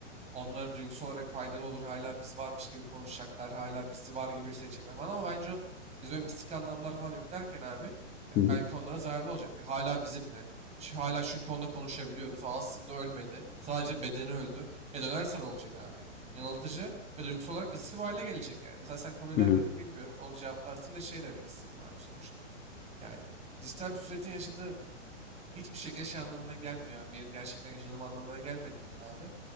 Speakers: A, on the right (about 15°); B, on the left (about 25°).
A: onlara duygusal olarak faydalı olur. Hala biz varmış gibi konuşacaklar. Hala bizi var gibi hissedecekler falan. Ama bence o biz böyle mistik anlamlar falan yüklerken abi ya
B: Hı hı.
A: belki onlara zararlı olacaktı. Hala bizimle. Çünkü hala çünkü onunla konuşabiliyoruz. O aslında ölmedi. Sadece bedeni öldü. E dönersen olacak abi. Yanıltıcı ve duygusal olarak riskli bir hale gelecek yani. Mesela sen kabul eder
B: Hı hı.
A: miydin bilmiyorum. Onu cevaplarsın. Bir de şey demek istedim abi sonuçta. Yani dijital bir süretin yaşadığı hiçbir şekilde şey anlamına gelmiyor abi. Benim gerçekten yaşadığım anlamına gelmediğinden abi